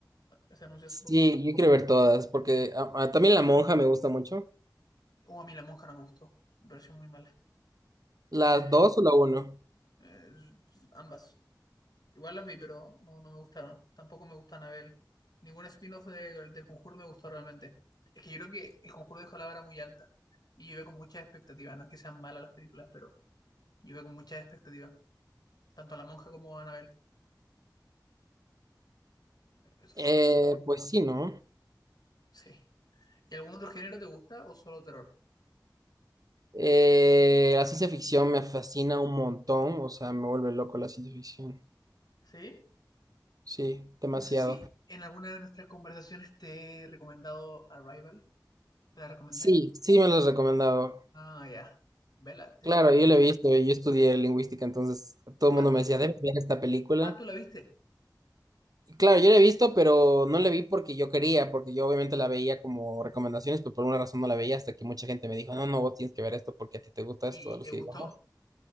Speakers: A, on the left; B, on the right.
A: Se anunció
B: sí,
A: hace poco.
B: yo quiero ver todas, porque ah, ah, también La Monja me gusta mucho.
A: O a mí la monja no me gustó. Me pareció muy mala.
B: ¿Las
A: Me-
B: dos o la uno?
A: eh, ambas. Igual las vi, pero no, no me gustaron. Tampoco me gusta Anabel. Ningún spin-off de- del Conjuro me gustó realmente. Es que yo creo que el Conjuro dejó la vara muy alta. Y yo iba con muchas expectativas. No es que sean malas las películas, pero yo iba con muchas expectativas. Tanto a la monja como a Anabel. Eso fue
B: Eh,
A: lo que me...
B: pues sí, ¿no?
A: Sí. ¿Y algún otro género te gusta o solo terror?
B: Eh, la ciencia ficción me fascina un montón, o sea, me vuelve loco la ciencia ficción.
A: ¿Sí?
B: Sí, demasiado.
A: No sé si en alguna de nuestras conversaciones te he recomendado Arrival. ¿Te la recomendé?
B: Sí, sí me lo has recomendado.
A: Ah, ya. Vela, tienes
B: Claro,
A: que verla.
B: yo la he visto, yo estudié lingüística, entonces todo
A: Ah,
B: el mundo
A: tú,
B: me decía, debes ver esta película.
A: ah, tú la viste.
B: Y claro, yo la he visto, pero no la vi porque yo quería, porque yo obviamente la veía como recomendaciones, pero por una razón no la veía hasta que mucha gente me dijo, no, no, vos tienes que ver esto porque a ti te gusta
A: ¿Y,
B: esto de
A: y te
B: los
A: gustó?
B: idiomas.